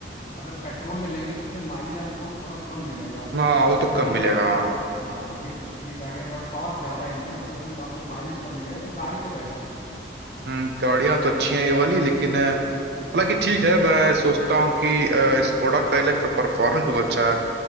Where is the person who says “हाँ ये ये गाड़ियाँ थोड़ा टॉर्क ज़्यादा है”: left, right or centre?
Left